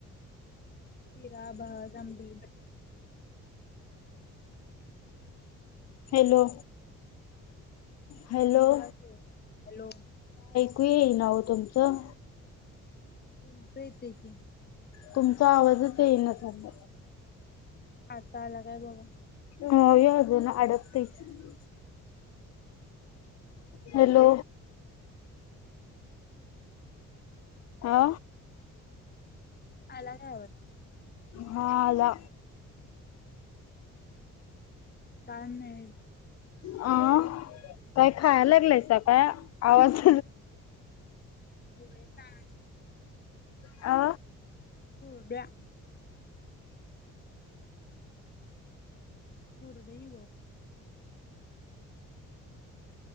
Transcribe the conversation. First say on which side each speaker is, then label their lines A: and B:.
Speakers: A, on the left; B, on the left.
A: खिरा बज आमदी
B: हॅलो हॅलो
A: बोला क हॅलो
B: क नाव तुमचं
A: तुमचं येते कि
B: तुमचा आवाजच येई न लला
A: आता आला काय बघ
B: हो येज ना अडकते. हम हॅलो हा
A: अलाग आवत
B: हाला
A: काय नाही काय
B: अ
A: करायलाय
B: काय खायला लागलंयस काय. आवाज
A: कुरड्या
B: अ
A: हो द्या कुरडइ